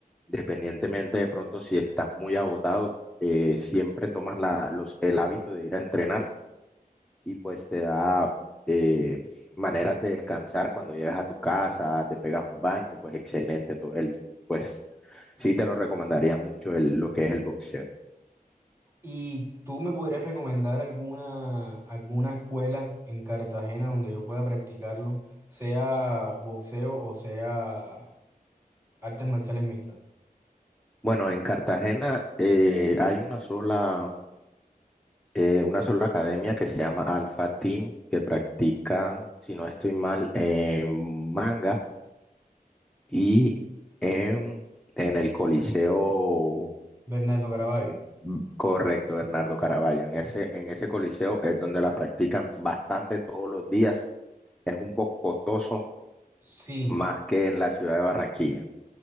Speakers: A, in the centre; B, on the right.
A: independientemente de pronto si estás muy agotado, eh, siempre tomas la- los, el hábito de ir a entrenar y pues te da eh, maneras de descansar cuando llegas a tu casa, te pegas un baño, pues excelente, to- el, pues sí te lo recomendaría mucho el, lo que es el boxeo.
B: ¿Y tú me podrías recomendar alguna, alguna escuela en Cartagena donde yo pueda practicarlo, sea boxeo o sea artes marciales mixtas?
A: Bueno, en Cartagena eh, hay una sola eh, una sola academia que se llama Alpha Team, que practican, si no estoy mal, en manga y en, en el Coliseo,
B: Bernardo Caraballo.
A: mm, correcto, Bernardo Caraballo. En ese, en ese coliseo es donde la practican bastante todos los días. Es un poco costoso
B: Sí.
A: más que en la ciudad de Barranquilla.